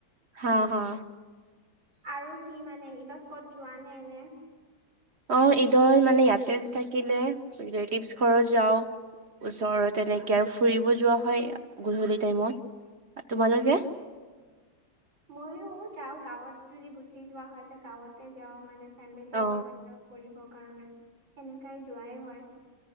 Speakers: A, on the right (about 40°); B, on the right (about 80°).
A: হা হা
B: আৰু কি মানে ঈদত ক'ত যোৱা নে এনে
A: অ ঈদৰ মানে ইয়াতে থাকিলে ৰিলেটিভছ ঘৰত যাও ওচৰত তেনেকে আৰু ফুৰিব যোৱা হয় গধূলি টাইমত আৰু তোমালোকে
B: মইয়ো যাও গাঁৱত যদি গুচি যোৱা হয় তে গাঁৱতে যাও মানে ফেমিলিৰ
A: অ
B: লগত যাও ফুৰিবৰ কাৰণে সেনেকাই যোৱাই হয়